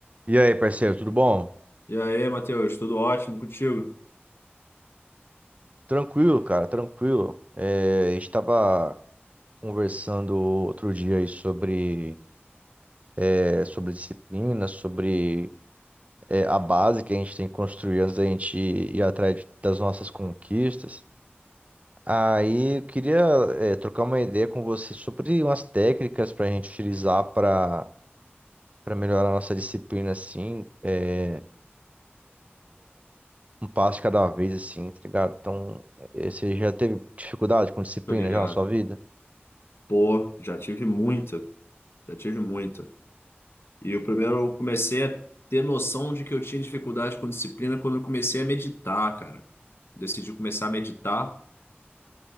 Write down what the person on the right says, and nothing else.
E aí, parceiro, tudo bom?
Tranquilo, cara, tranquilo. É, a gente estava conversando outro dia aí sobre, é, sobre disciplina, sobre é, a base que a gente tem que construir antes da gente ir atrás de- das nossas conquistas. Aí eu queria é, trocar uma ideia com você sobre umas técnicas para a gente utilizar para para melhorar a nossa disciplina, assim, é, um passo de cada vez, assim, tá ligado? Então, é, você já teve dificuldade com disciplina
já na sua vida?